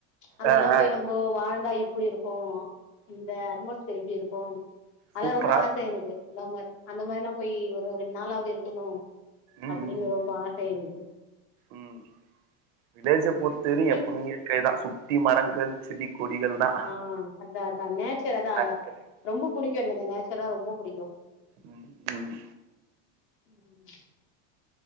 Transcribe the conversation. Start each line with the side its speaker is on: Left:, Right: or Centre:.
Left: அங்க
Right: ஆ
Left: எல்லா போய்
Right: ஆ
Left: நம்ம வாழ்ந்தா எப்டி இருக்கும் அந்த அட்மொஸ்பியர் எப்டி இருக்கும் அதெல்லாம்
Right: சூப்பரா
Left: ரொம்ப ஆசை
Right: இருக்கு
Left: எனக்கு அந்த மாரி அந்த மாரிலாம் போய் ஒரு ரெண்டு நாளாவது இருக்கணு
Right: ம்
Left: அப்டின்னு
Right: ம்
Left: ரொம்ப ஆச எனக்கு
Right: ம் விலேஜ் பொர்த்துரும்
Left: நீ
Right: எப்பமே தான் சுத்தி மரங்கள் செடி கொடிகள் தான்
Left: ஆ அதான் அதான் நேச்சர் அதான்
Right: எடத்துலயு
Left: ரொம்ப புடிக்கும் எனக்கு அந்த நேச்சர்லா ரொம்ப புடிக்கும்
Right: ம் ம்
Left: ம்